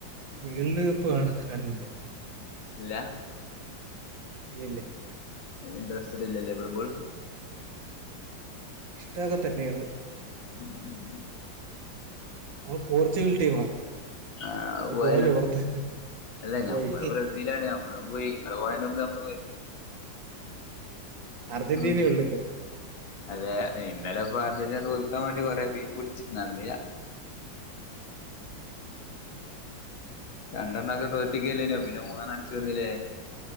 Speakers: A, on the right; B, on the left.
A: വേൾഡ് കപ്പ് കാണു കാണുന്നില്ല
B: ഇല്ല
A: ഇല്ല
B: ഇൻ്ററസ്സ് ഇല്ലേ ഫുട്ബോൾ
A: ഇഷ്ടൊക്കെ തന്നെയാണ്
B: <inaudible>
A: നമ്മള് പോർച്ചുഗൽ ടീമാ നമ്മള്
B: ആ പോയാലോ
A: പോയില്ലേ പുറത്ത്
B: അല്ല ഞമ്മള്
A: പോയി
B: ബ്രസീലാണ് നമ്മളും പോയി ഇങ്ങൾ പോണതിന് മുമ്പ് നമ്മള് പോയി
A: അർജന്റീനയെ
B: ഉം
A: ഉള്ളു ഇപ്പോ
B: അതെ ഇന്നലെ ഇപ്പൊ അർജന്റീന തോൽക്കാൻ വേണ്ടി കൊറെ ബീ പിടിച്ച് നടന്നില്ല രണ്ടെണ്ണം ഒക്കെ തോറ്റിക്കല്ലേനെ പിന്നെ മൂന്നെണ്ണം അടിച്ചു വന്നില്ലേ